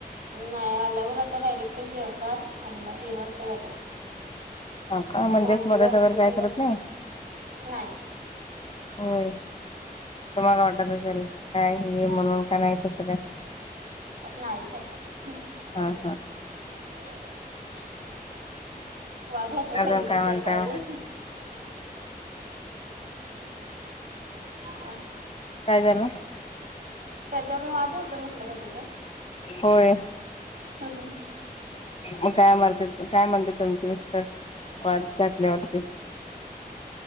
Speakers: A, on the right; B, on the left.
A: नाही आल्यावर आता डायरेक्ट जेवतात आणि मग तीन वाजता,
B: हा का
A: जर
B: म्हणजेच
A: भाडी
B: मदत
A: घासली
B: वगैरे काय
A: तर
B: करत
A: घासली,
B: नाही
A: नाही.
B: होय तुम्हाला वाटत असेल. का ही म्हणून का नाही तसं काय.
A: नाही तसं काय
B: हा हा
A: ह <inaudible> वाद होतो
B: अजून
A: कधी तर
B: काय
A: त्याच्यावरून,
B: म्हणताय मग
A: हा
B: काय झालं
A: त्याच्यावरून वाद होतो म्हटलं कधी तर.
B: होय.
A: हम्म हम्म
B: मग काय म्हणते काय म्हणते तुमचे मिस्टर्स वाद घातल्यावरती,